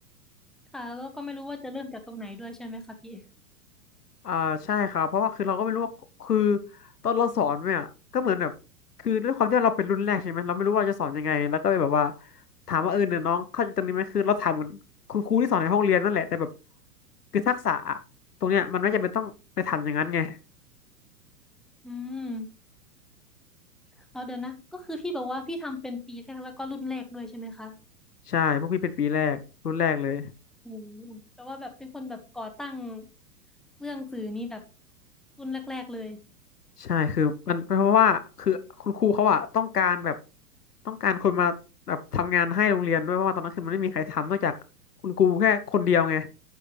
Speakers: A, in the centre; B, on the left.
A: ค่ะแล้วก็ไม่รู้ว่าจะเริ่มจากตรงไหนด้วยใช่ไหมคะพี่
B: อ่าใช่ครับเพราะว่าคือเราก็ไม่รู้ว่าคือตอนเราสอนเนี่ยก็เหมือนแบบคือด้วยความที่เราเป็นรุ่นแรกใช่ไหมเราไม่รู้ว่าจะสอนยังไงแล้วก็เลยแบบว่าถามว่าเออเนี่ยน้องเข้าใจตรงนี้ไหมคือเราถามเหมือนคุณครูที่สอนในห้องเรียนนั่นแหละแต่แบบคือทักษะอะตรงเนี้ยมันไม่จำเป็นต้องไปทำอย่างนั้นไง
A: อืมเอาเดี๋ยวนะก็คือพี่บอกว่าพี่ทำเป็นปีแรกแล้วก็รุ่นแรกด้วยใช่ไหมคะ
B: ใช่พวกพี่เป็นปีแรกรุ่นแรกเลย
A: โอ้แต่ว่าแบบเป็นคนแบบก่อตั้งเรื่องสื่อนี้แบบรุ่นแรกๆเลย
B: ใช่คือมันเพราะว่าคือคุณครูเขาอะต้องการแบบต้องการคนมาแบบทำงานให้โรงเรียนด้วยเพราะว่าตอนนั้นคือมันไม่มีใครทำนอกจากคุณครูแค่คนเดียวไง